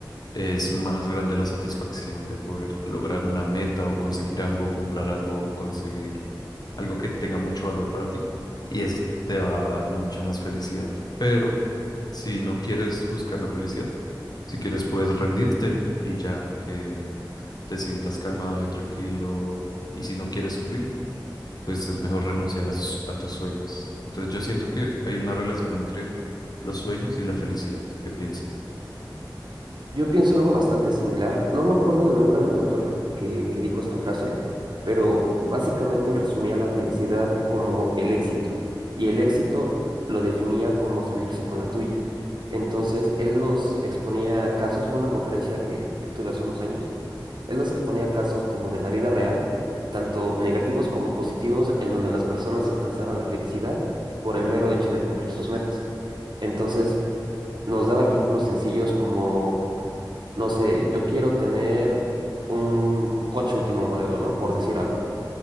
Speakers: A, on the left; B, on the right.
A: es más grande la satisfacción de poder lograr una meta o conseguir algo, comprar algo o conseguir algo que tenga mucho valor para ti y eso te va a dar mucho más felicidad. Pero si no quieres buscar la felicidad, si quieres puedes rendirte y ya que te sientas calmado y tranquilo y si no quieres sufrir, pues es mejor renunciar a, sus- a tus sueños. Entonces yo siento que hay una relación entre los sueños y la felicidad. ¿Qué piensas?
B: Yo pienso algo bastante similar. No me acuerdo del nombre del autor que, que, que dijo esta frase, pero básicamente él resumía la felicidad como el éxito. Y el éxito lo definía como salirse con la tuya. Entonces, él nos exponía casos, fue una conferencia que, que tuve hace unos años, él nos exponía casos como de la vida real, tanto negativos como positivos, en donde las personas alcanzaban la felicidad por el mero hecho de cumplir sus metas. Entonces, nos daba ejemplos sencillos como no sé, yo quiero tener un coche último modelo, ¿no? Por decir algo.